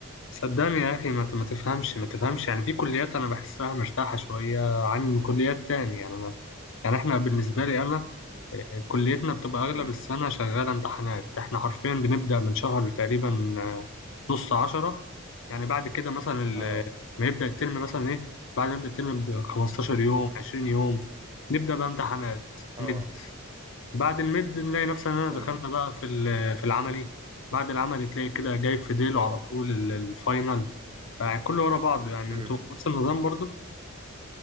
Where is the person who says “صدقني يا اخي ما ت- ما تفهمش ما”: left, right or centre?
Left